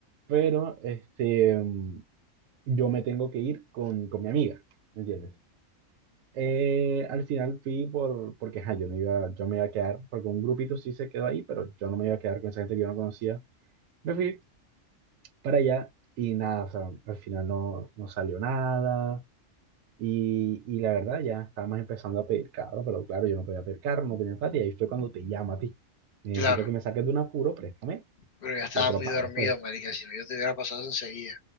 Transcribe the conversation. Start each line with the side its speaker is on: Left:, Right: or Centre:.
Right: pero este, mm, yo me tengo que ir con, con mi amiga, ¿entiendes? Eh, al final fui por, porque ajá, yo, no iba, yo me iba a quedar, porque un grupito sí se quedó ahí, pero yo no me iba a quedar con esa gente que yo no conocía. Me fui para allá y nada, o sea, al final no, no salió nada. Y, y la verdad ya estábamos empezando a pedir carro, pero claro, yo no podía pedir carro, no tenía plata y ahí fue cuando te llamo a ti. Necesito
Left: Claro,
Right: que me saques de un apuro, préstame,
Left: pero ya estaba
Right: yo te
Left: muy
Right: lo pago
Left: dormido,
Right: después.
Left: marica, si no yo te hubiera pasado eso enseguida.